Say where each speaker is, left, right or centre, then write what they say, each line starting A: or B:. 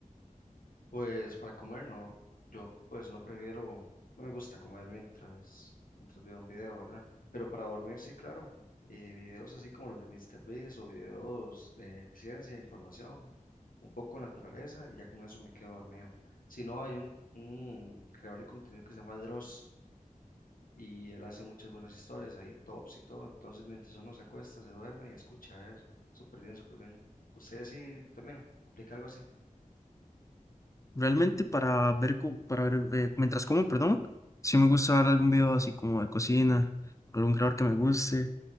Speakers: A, on the left; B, on the left.
A: Pues para comer, no, yo pues no prefiero, no me gusta comer mientras, mientras veo un video, ¿verdad? Pero para dormir, sí, claro, eh, videos así como los de Mister MrBeast o videos de ciencia, información, un poco de naturaleza, y ya con eso me quedo dormido. Si no, hay un, un creador de contenido que se llama Dross y él hace muchas buenas historias ahí, tops y todo. Entonces, mientras uno se acuesta, se duerme y escucha eso. Súper bien, súper bien. Ustedes sí también aplica algo así.
B: Realmente para ver, co- para ver eh, mientras como, perdón, sí me gusta ver algún video así como de cocina, algún creador que me guste.